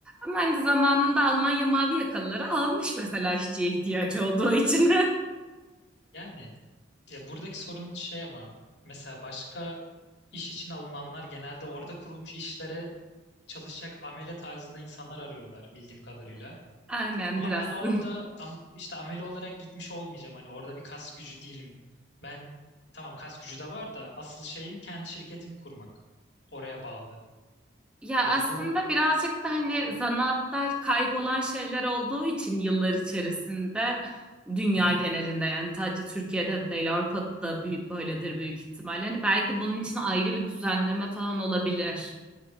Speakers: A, in the centre; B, on the left.
A: Ama hani zamanında Almanya mavi yakalıları almış mesela işçiye ihtiyacı olduğu için.
B: Yani ya buradaki sorun şey ama mesela başka iş için alınanlar genelde orada kurulmuş işlere çalışacak amele tarzında insanlar arıyorlar bildiğim kadarıyla.
A: <laughs> Aynen
B: Ama
A: biraz.
B: ben orada
A: <laughs>
B: am- işte amele olarak gitmiş olmayacağım. Hani orada bir kas gücü değilim. Ben tamam kas gücü de var da asıl şeyim kendi şirketimi kurmak. Oraya bağlı.
A: Ya
B: Yani
A: aslında
B: bu
A: birazcık da hani zanaatlar kaybolan şeyler olduğu için yıllar içerisinde dünya
B: hı hı,
A: genelinde yani sadece Türkiye'de değil Avrupa'da da büyük, böyledir büyük ihtimalle. Hani belki bunun için ayrı bir düzenleme falan olabilir.